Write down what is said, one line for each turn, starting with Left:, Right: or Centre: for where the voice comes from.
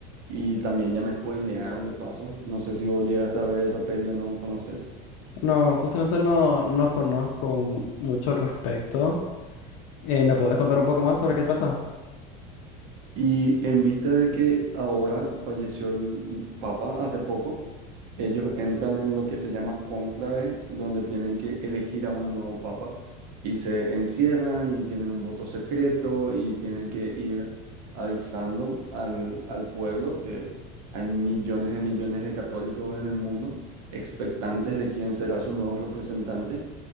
Right: Y también ya me spoilearon de paso. No sé si vos llegaste a ver esa peli o no conoces.
Left: No, justamente no, no conozco mucho al respecto. Eh, ¿me podés contar un poco más sobre qué trata?
Right: Y en vista de que ahora falleció el Papa hace poco, ellos entran en lo que se llama cónclave, donde tienen que elegir a un nuevo Papa y se encierran y tienen un voto secreto y tienen que ir avisando al, al pueblo que hay millones de millones de católicos en el mundo expectantes de quién será su nuevo representante